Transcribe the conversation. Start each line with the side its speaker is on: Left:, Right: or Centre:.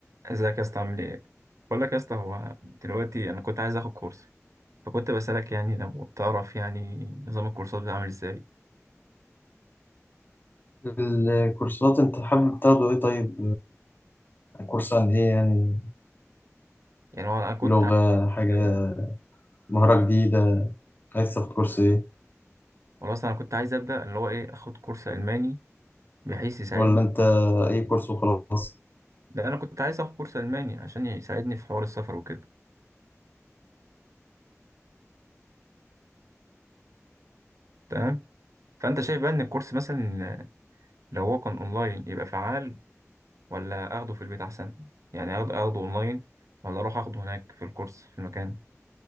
Right: ازيك يا اسطى عامل ايه بقول لك يا اسطى هو دلوقتي انا كنت عايز اخد كورس فكنت بسالك يعني لو بتعرف يعني نظام الكورسات بتاعه عامل ازاي
Left: الكورسات انت حابب تاخده ايه طيب آه، كورس عن ايه يعني
Right: يعني هو انا كنت
Left: لغة
Right: عايز
Left: حاجة مهارة جديدة عايز تاخد كورس ايه
Right: خلاص انا كنت عايز ابدا اللي هو ايه اخد كورس الماني بحيث يساعدني
Left: ولا انت اي كورس وخلاص
Right: لا انا كنت عايز اخد كورس الماني عشان يساعدني في حوار السفر وكده تمام فانت شايف بقى ان الكورس مثلا لو هو كان اونلاين يبقى فعال ولا اخده في البيت احسن يعني اخده اخده اونلاين ولا اروح اخده هناك في الكورس في المكان